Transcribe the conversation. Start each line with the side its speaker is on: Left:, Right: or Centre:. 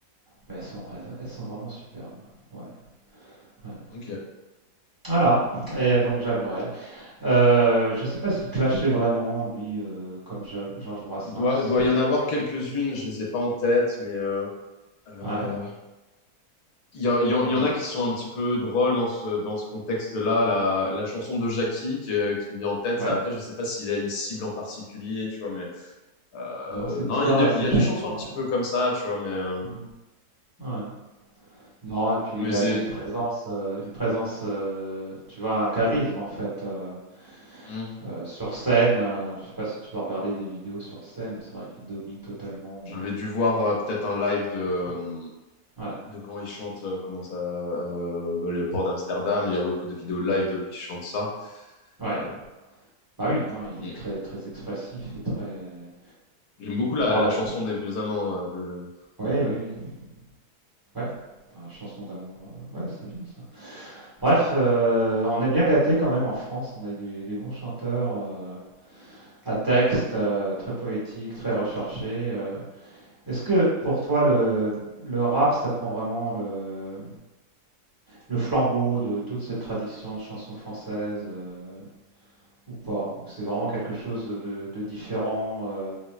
Right: mais elles sont, elles, elles sont vraiment superbes. Ouais, ouais.
Left: Ok.
Right: Voilà. Et donc Jacques Brel. Euh, je sais pas s'il clashait vraiment lui, euh, comme Ja- Georges Brassens.
Left: Doit, doit y en avoir quelques-unes, je les ai pas en tête, mais euh, euh,
Right: Ouais.
Left: il y, a- il y en il
Right: Alors,
Left: y en a qui sont un petit peu drôles dans ce, dans ce contexte-là. La, la chanson de Jackie qui, euh, qui me vient en tête,
Right: ouais.
Left: ça, après, je sais pas s'il a une cible en particulier, tu vois, mais euh,
Right: Non, c'est bizarre
Left: non, il y a des,
Right: là
Left: il
Right: cette
Left: y a des
Right: chanson-là.
Left: chansons un petit
Right: ouais.
Left: peu comme ça, tu vois, mais, euh,
Right: Mhm. Ouais. Non, et puis
Left: mais
Right: il
Left: c'est...
Right: avait une présence, euh, une présence, euh, tu vois, un charisme en fait. euh,
Left: Hmm.
Right: euh, sur scène, euh, je sais pas si tu peux regarder des vidéos sur scène, c'est vrai qu'il domine totalement.
Left: J'avais dû voir euh, peut-être un live de, euh,
Right: euh, Ouais,
Left: de quand il chante, euh, comment ça, euh, le port d'Amsterdam. Il y a beaucoup de vidéos de live de lui qui chante ça.
Right: ouais.
Left: Euh,
Right: Bah oui, hein, il est
Left: mm.
Right: très très expressif et très.
Left: J'aime beaucoup la,
Right: Waouh.
Left: la chanson des vieux amants euh, de, de,
Right: Oui,
Left: de Brel.
Right: oui, oui. Ouais. Bah, chanson d'amour, euh, ouais, c'est bien ça. Bref, euh, on est bien gâté quand même en France. On a des, des bons chanteurs euh, à texte, euh, très poétiques, très recherchés. euh, Est-ce que pour toi, le, le rap, ça prend vraiment le, le flambeau de toute cette tradition de chansons françaises euh, ou pas? Ou c'est vraiment quelque chose de, de- de différent? euh,